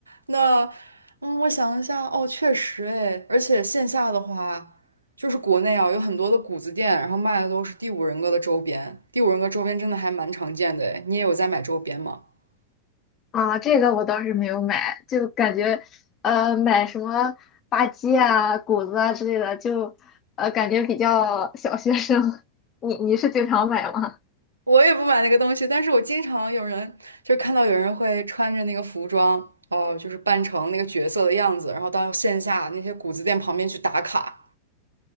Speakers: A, on the right; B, on the left.
A: 那，嗯，我想一下，哦，确实，哎，而且线下的话，就是国内啊，有很多的谷子店，然后卖的都是第五人格的周边。第五人格周边真的还蛮常见的，哎，你也有在买周边吗？<laughs>
B: 啊。这个我倒是没有买，就感觉呃买什么吧唧啊、谷子啊之类的，就呃感觉比较小学生。<laughs> 你你是经常买吗？
A: 我也不买那个东西，但是我经常有人就是看到有人会穿着那个服装，哦，就是扮成那个角色的样子，然后到线下那些谷子店旁边去打卡。